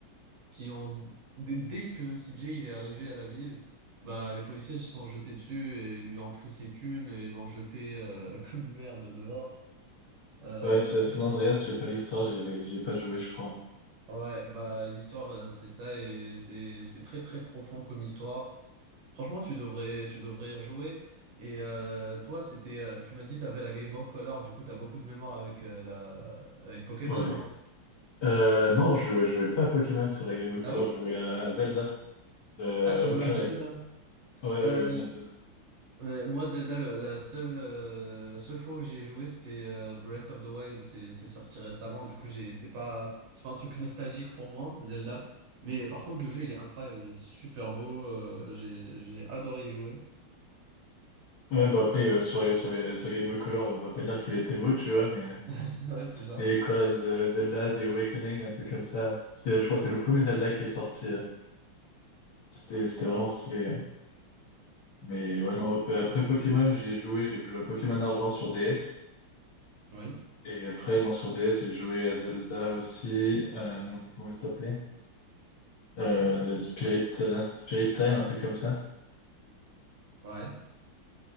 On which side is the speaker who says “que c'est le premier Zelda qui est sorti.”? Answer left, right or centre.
Left